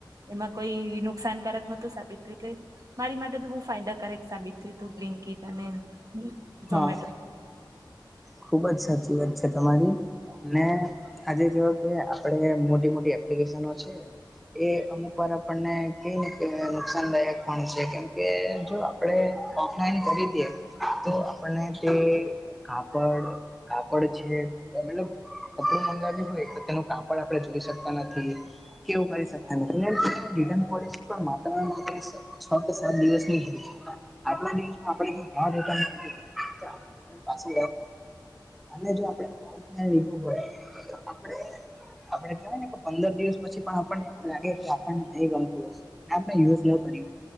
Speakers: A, on the right; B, in the centre.
A: એમાં કોઈ નુકસાનકારક નોતું સાબિત થયું એટલે. મારી માટે તો બહુ ફાયદાકારક સાબિત થયું તું બ્લીનકીટ અને ઝોમેટો.
B: હા ખુબ જ સાચી વાત છે તમારી. ને આજે જોવો કે આપડે મોટી-મોટી એપ એપલિકેશનો છે એ અમુકવાર આપ આપણને કેયને કે નુકસાનદાયક પણ છે કેમકે જો આપણે ઓફલાઈન ખરીદીએ તો આપણને તે <unintelligible> કાપડ છે મતલબ કપડું મંગાવ્યું હોય તો તેનો કાપડ આપણે જોઈ શકતા નથી. એવું કરી શકતા નથી ને રિટર્ન પોલસી પણ માત્ર ને માત્ર છ કે સાત દિવસની
A: <inaudible>
B: <unintelligible> તો આપણે ઓર્ડર પાછો અને જો આપણે ઓનલાઇન લીધું હોય તો આપડે આપડે કહેવાય ને કે પંદર દિવસ પછી પણ આપણને એવું લાગે કે આપણને નહી ગમતું હશે. <unintelligible>